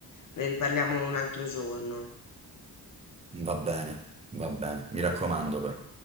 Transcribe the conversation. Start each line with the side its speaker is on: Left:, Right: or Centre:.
Left: Ne riparliamo un altro giorno.
Right: Va bene, va bene, mi
Left: Mm.
Right: raccomando però.